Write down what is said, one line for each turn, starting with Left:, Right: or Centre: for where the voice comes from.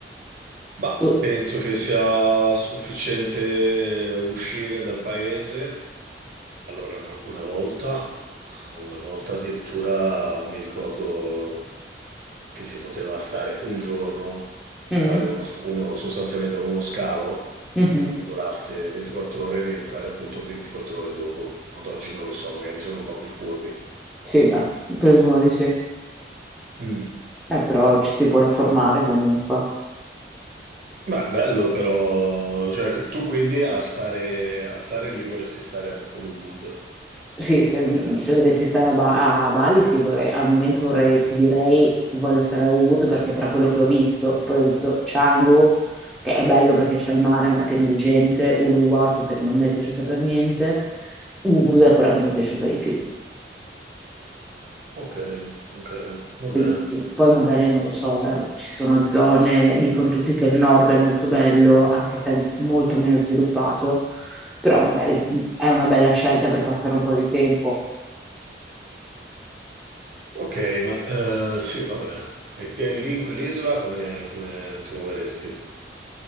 Right: Ma
Centre: Uh,
Right: penso che sia sufficiente uscire dal paese. Allora, una, una volta, una volta addirittura mi ricordo che si poteva stare un giorno,
Centre: mm,
Right: fare uno, uno- sostanzialmente uno scalo
Centre: mhm.
Right: che durasse 24 ore e rientrare appunto 24 ore dopo. Ad oggi non lo so, magari sono un po' più furbi.
Centre: Sì, beh, presumo di sì. Eh,
Right: Mm.
Centre: però ci si può informare comunque.
Right: Beh, bello però, cioè tu quindi a stare, a stare lì vorresti stare a- ad Ubud.
Centre: Sì, se, mhmm, se dovessi stare a Ba a Bali, sì, vorrei al momento vorrei ti direi voglio stare a Ubud perché tra quello che ho visto, che poi ho visto Canggu, che è bello perché c'è il mare ma è pieno di gente, Uluwatu che non mi è piaciuta per niente, Ubud
Right: Mhm.
Centre: è quella che mi è piaciuta di più.
Right: Ok, ok, va
Centre: Quindi
Right: bene.
Centre: sì, poi magari non lo so, eh, ci sono zone, dicono tutti che il nord è molto bello, anche se è molto meno sviluppato, però magari mh, è una bella scelta per passare un po' di tempo.
Right: Ok, ma eh, sì, va bene. E te lì in quell'isola come, come ti muoveresti?